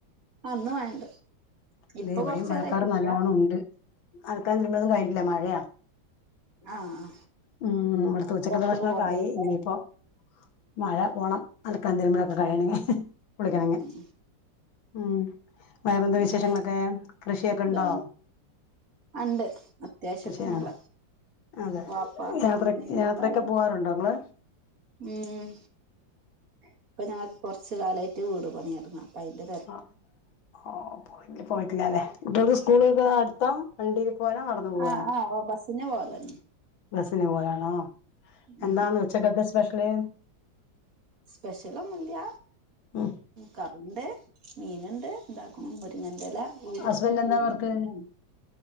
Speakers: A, on the right (about 45°); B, on the left (about 85°).
A: ആഹ് ഇന്ന് മഴണ്ട്
B: ഇതെ
A: ഇപ്പൊ
B: ഇവിടെയും
A: കൊറച്ചേരായിട്ടില്ല
B: മഴക്കാറ് നല്ലോണ്ണം ഉണ്ട് അലക്കലും തിരുമ്പലും കഴിഞ്ഞിട്ടില്ല മഴയാ
A: ആഹ്
B: ഉം ഇവടുത്തെ ഉച്ചക്കത്തെ
A: പൊറത്ത്ക്ക്
B: ഭക്ഷണൊക്കെ
A: പോകേണ്ടി
B: ആയി
A: വരുംല്ലേ
B: ഇനിയിപ്പോ മഴ പോണം അലക്കലും തിരുമ്പലും ഒക്കെ കഴിയണെങ്കി
A: ഉം
B: കുളിക്കണെങ്കി
A: ഉം
B: ഉം വേറെന്ത
A: പിന്നെ
B: വിശേഷങ്ങളൊക്കെ കൃഷിയൊക്കെ
A: സുഖാണ്
B: ഉണ്ടോ
A: അണ്ട് അത്യാവശ്യത്തിനുള്ള
B: കൃഷിയാ അതെ
A: വാപ്പ
B: യാത്ര
A: അയിന്റെക്കെ
B: യാത്രയൊക്കെ
A: ആളാണ്‌
B: പോവാറുണ്ടോ നിങ്ങള്
A: ഏഹ് ഇപ്പ ഞങ്ങക്ക് കൊറച്ച് കാലായിട്ട് വീട് പണിയാരുന്നു അപ്പ അയ്ന്റെ
B: ആഹ് ഓഹ് പോയി പോയിട്ടില്ലല്ലേ കുട്ടികൾക്ക് സ്കൂൾപ്പൊ അടുത്താ വണ്ടീ പോല നടന്ന്
A: ആഹ്
B: പോവെ
A: ആഹ് ആഹ് ബസ്സിന് പോവലാണ്
B: ബസിന് പോവാണോ
A: ഉം
B: എന്താണ് ഉച്ചക്കക്ക് സ്പെഷ്യല്
A: സ്പെഷ്യലൊന്നൂല്ല
B: ഉം
A: കറിയുണ്ട് മീന്ണ്ട് ഇണ്ടാക്കും മുരിങ്ങന്റെല <unintelligible>
B: ഹസ്ബൻഡ് എന്താ വർക്ക്